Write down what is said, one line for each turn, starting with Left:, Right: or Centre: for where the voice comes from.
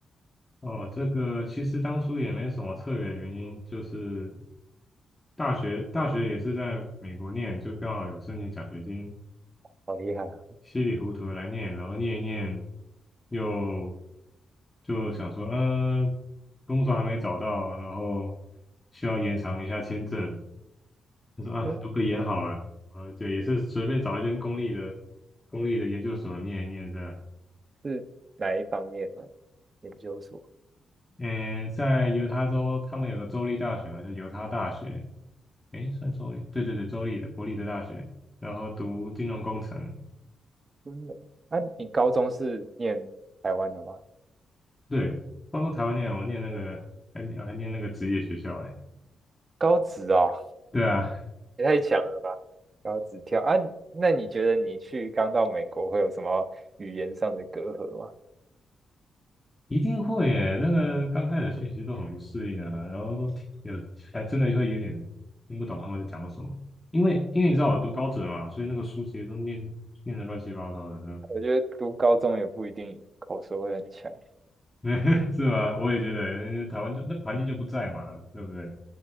Left: 哦，这个其实当初也没什么特别的原因，就是大学大学也是在美国念，就刚好有申请奖学金，
Right: 好厉害啊！
Left: 稀里糊涂的来念，然后念一念，又就想说，嗯、工作还没找到，然后需要延长一下签证，他说啊，
Right: 哦，
Left: 读个研好了，啊，就也是随便找一间公立的公立的研究所念一念这样。
Right: 是哪一方面的研究所？
Left: 嗯，在犹他州，他们有个州立大学嘛，叫犹他大学，诶，算州立，对对对，州立的国立的大学，然后读金融工程，
Right: 嗯，啊，你高中是念台湾的吗？
Left: 对，包括台湾念，我念那个还还念那个职业学校，诶，
Right: 高职哦，
Left: 对啊，
Right: 也太强了吧！高职跳啊，那你觉得你去刚到美国会有什么语言上的隔阂吗？
Left: 一定会诶，那个刚开始学习都很不适应啊，然后都听有还真的会有点听不懂他们在讲什么，因为因为你知道我读高职嘛，所以那个书其实都念念的乱七八糟的，
Right: 我觉得读高中也不一定口说会很强。
Left: <laughs> 是吧？我也觉得，因为台湾就那环境就不在嘛，对不对？